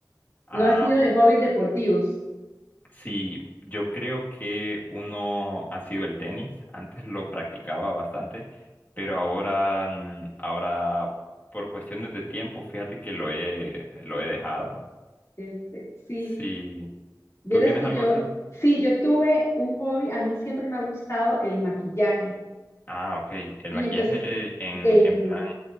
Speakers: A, on the left (about 25°); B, on the left (about 40°).
A: Ah,
B: No ha sido
A: pu-
B: de hobbies deportivos.
A: sí, yo creo que uno ha sido el tenis. Antes lo practicaba bastante, pero ahora, mm, ahora por cuestiones de tiempo, fíjate que lo he, lo he dejado.
B: Este, Sí,
A: Sí,
B: vieras
A: ¿tú tienes
B: que
A: algo
B: yo,
A: así?
B: sí, yo tuve un hobby, a mí siempre me ha gustado el maquillaje.
A: Ah, ok. ¿El
B: Y
A: maquillaje
B: entonces,
A: en,
B: de-
A: en plan,